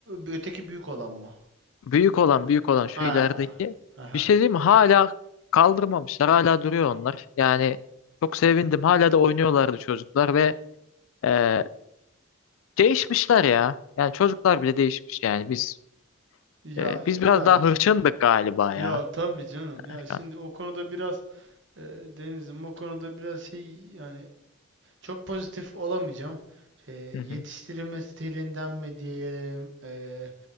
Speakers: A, on the right; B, on the left.
A: öteki büyük olan mı?
B: Büyük olan büyük olan şu
A: Ha.
B: ilerideki.
A: Aha.
B: Bir şey diyeyim mi? Hala kaldırmamışlar. Hala duruyor onlar. Yani çok sevindim. Hala da oynuyorlardı çocuklar ve e, değişmişler ya. Yani çocuklar bile değişmiş yani. Biz
A: Ya
B: Ee,
A: ya
B: biz biraz daha hırçındık galiba
A: ya
B: ya
A: tabii canım ya
B: Erkan.
A: şimdi o konuda biraz e, Deniz'im o konuda biraz şey yani Çok pozitif olamayacağım. Eee,
B: Hı
A: yetiştirilme
B: hı.
A: stilinden mi diyelim? eee,